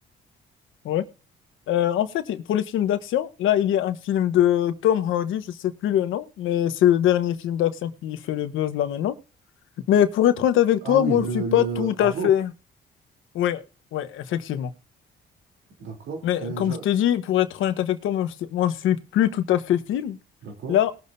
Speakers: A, on the left; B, on the right.
A: Ouais. Euh, en fait, pour les films d'action, là, il y a un film de Tom Hardy, je sais plus le nom, mais c'est le dernier film d'action qui fait le buzz là maintenant. Mais pour être honnête avec
B: Ah
A: toi,
B: oui,
A: moi,
B: le,
A: je suis pas
B: le
A: tout
B: Avoc,
A: à fait. Ouais, ouais, effectivement.
B: d'accord.
A: Mais
B: Et
A: comme
B: je-
A: je t'ai dit, pour être honnête avec toi, moi je, sais- moi, je suis plus tout à fait film.
B: D'accord.
A: Là,